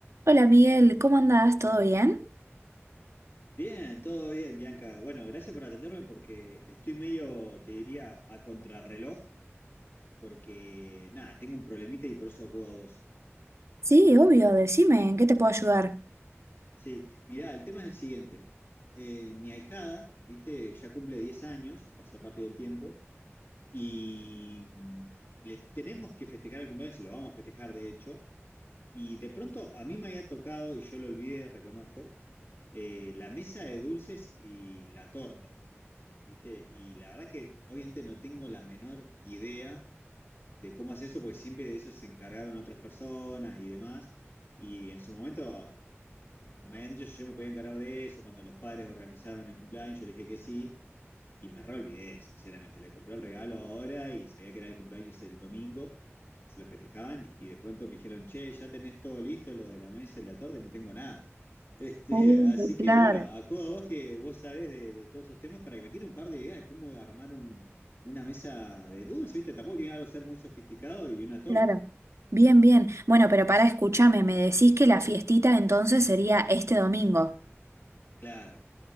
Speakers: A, on the right; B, on the left.
A: Hola Miguel, ¿cómo andás? ¿Todo bien?
B: Bien, todo bien, Bianca. Bueno, gracias por atenderme porque estoy medio, te diría, a contrarreloj, porque nada, tengo un problemita y por eso acudo a vos.
A: Sí, obvio, decime, ¿en qué te puedo ayudar?
B: Sí, mirá, el tema es el siguiente. Eh, mi ahijada, viste, ya cumple 10 años, pasó rápido el tiempo, y le tenemos que festejar el cumpleaños, se lo vamos a festejar de hecho, y de pronto a mí me había tocado, y yo lo olvidé, reconozco, eh, la mesa de dulces y la torta. ¿viste? Y la verdad que obviamente no tengo la menor idea de cómo hacer eso, porque siempre de eso se encargaron otras personas y demás. Y en su momento me habían dicho si yo me podía encargar de eso, cuando los padres organizaron el cumpleaños, yo le dije que sí. Y me re olvidé, sinceramente. Le compré el regalo ahora y sabía que era el cumpleaños el domingo. Se lo festejaban y de pronto me dijeron, che, ya tenés todo listo, lo de la mesa y la torta, y no tengo nada. Este,
A: Uy,
B: <laughs> así que
A: claro.
B: bueno, acudo a vos que vos sabés de, de todos esos temas para que me tire un par de ideas de cómo armar un- una mesa de dulce, ¿viste? Tampoco tiene algo que ser muy sofisticado y una torta.
A: Claro. Bien, bien. Bueno, pero para escúchame, me decís que la fiestita entonces sería este domingo.
B: Claro.